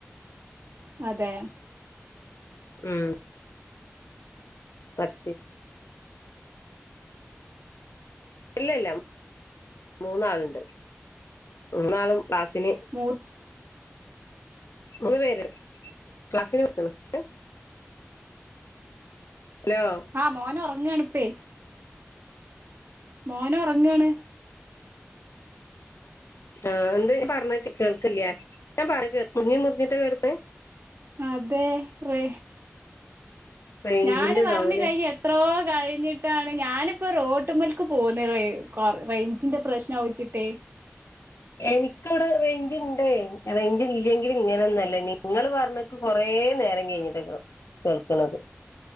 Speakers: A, on the right (about 55°); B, on the left (about 75°).
A: അതെ
B: ഉം, പത്തി ഇല്ല ഇല്ല മൂന്നാള്ണ്ട്, മൂന്നാളും ക്ലാസില്
A: മൂത്
B: മൂന്ന്പേര് ക്ലാസ്സിന് <unintelligible> ഇങ്ങട്ട് അലോ
A: ആ മോന് ഒറങ്ങാണിപ്പേ. മോന് ഒറങ്ങാണ്.
B: ആ എന്തേ ഇജ് പറഞ്ഞേ കേൾക്കില്ല. ഞാൻ പറയണേ മുറിഞ്ഞു മുറിഞ്ഞിട്ട കേള്ക്ക്ണെ.
A: അതെ റേ
B: റേഞ്ചിന്റെ
A: ഞാന് പറഞ്ഞ്
B: ഇതാവൂല
A: കഴിഞ്ഞ് എ ത്രോ കഴിഞ്ഞിട്ടാണ് ഞാനിപ്പ റോട്ട്മ്മൽക്ക് പോന്ന് റേ കൊ ‌ റേഞ്ചിൻ്റെ പ്രശ്നം ആവുച്ചിട്ട്.
B: എനിക്കിവിടെ റേഞ്ച് ഇണ്ടേ, റേഞ്ച് ഇല്ലെങ്കിലും ഇങ്ങനെ ഒന്നു അല്ല നിങ്ങള് പർഞ്ഞ് ഇൻക്ക് കൊറേനേരം കഴിഞ്ഞിട്ട കേ കേൾക്ക്ണത്.